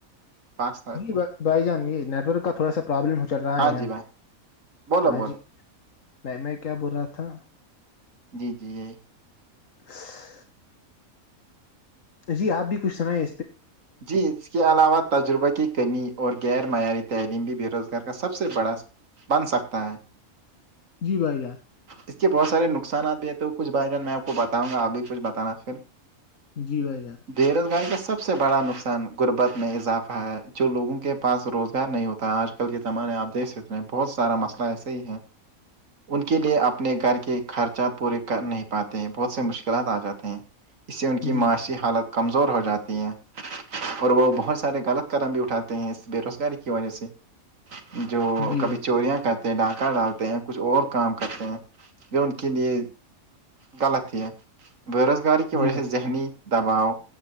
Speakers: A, on the right; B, on the left.
A: پاس آئے
B: جی
A: فون
B: بائی بھائی جان یہ نیٹ ورک کا تھوڑا سا پرابلم ہو چل رہا
A: ہاں
B: ہے یہاں
A: جی بھائی
B: پہ
A: بولو
B: ہ
A: بولو
B: جی میں میں کیا بول رہا تھا
A: جی جی یہی
B: <inaudible> جی آپ بھی کچھ سناائ
A: جی اس کے علاوہ تجربہ کی کمی اور غیر معیاری تعلیم بھی بے روزگار کا سب سے بڑا بن سکتے ہیں
B: جی بھائی جان
A: اس کے بہت سارے نقصانات بھی ہیں تو کچھ بھائی جان میں آپ کو بتاؤں گا آپ بھی کچھ بتانا پھر
B: جی بھائی جان
A: بے روزگاری کا سب سے بڑا نقصان غربت میں اضافہ ہے جو لوگوں کے پاس روزگار نہیں ہوتا آج ک آج کل کے زمانے آپ دیکھ سکتے ہیں بہت سارا مسئلہ ایسے ہی ہے ان کے لیے اپنے گھر کے خرچات پورے کر نہیں پاتے ہیں بہت سے مشکلات آ جاتے ہیں اس سے ان کی
B: جی
A: معاشی حالت کمزور ہو جاتی ہیں اور وہ بہت سارے غلط قدم بھی اٹھاتے ہیں اس بے روزگاری کی وجہ سے جو
B: جی
A: کبھی
B: بھائی
A: چوریاں کر ڈاکہ ڈالتے ہیں کچھ اور کام کرتے ہیں جو ان کے لیے غلط ہی بے روزگاری کی
B: جی
A: وجہ
B: بھائی
A: سے ذہنی دباؤ